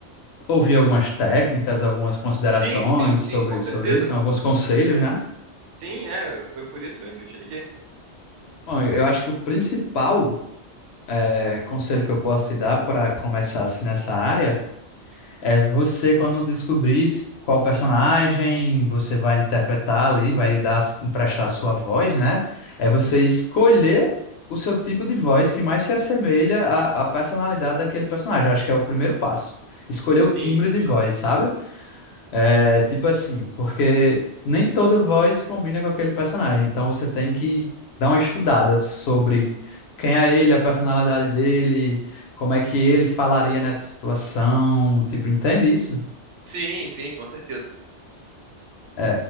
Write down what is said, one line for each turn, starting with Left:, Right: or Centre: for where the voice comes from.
Left: ouvir algumas técnicas, algumas considerações
Right: Sim, sim, sim,
Left: sobre,
Right: com certeza.
Left: sobre isso, alguns conselhos, né?
Right: Sim, é, foi por isso mesmo que eu te liguei.
Left: Bom, eu acho que o principal é, conselho que eu posso te dar para começar assim nessa área é você, quando descobrir s- qual personagem você vai interpretar ali, vai dar, emprestar a sua voz, né? É você escolher o seu tipo de voz que mais se assemelha à, à personalidade daquele personagem. Acho que é o primeiro passo. Escolher o timbre
Right: Sim, entendi.
Left: de voz, sabe? É, tipo assim, porque nem toda voz combina com aquele personagem, então você tem que dar uma estudada sobre quem é ele, a personalidade dele, como é que ele falaria nessa situação, tipo, entende isso?
Right: Sim, sim, com certeza.
Left: É,